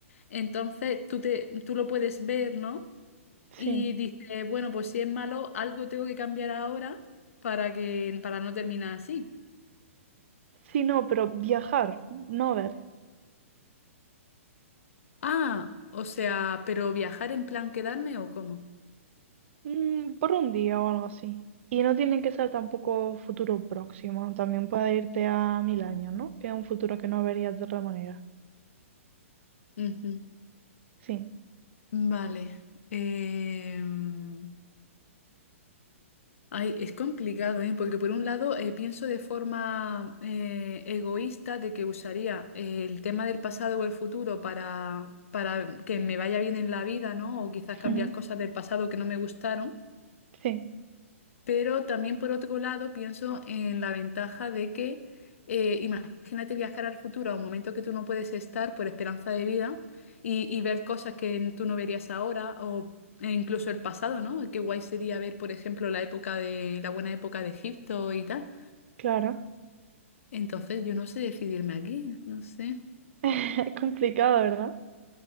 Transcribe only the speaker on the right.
Sí.
Sí, no, pero viajar, no ver.
Mm, por un día o algo así. Y no tiene que ser tampoco futuro próximo. También puede irte a mil años, ¿no? Que es un futuro que no verías de otra manera.
Sí.
Ujú.
Sí,
claro.
<laughs> Es complicado, ¿verdad?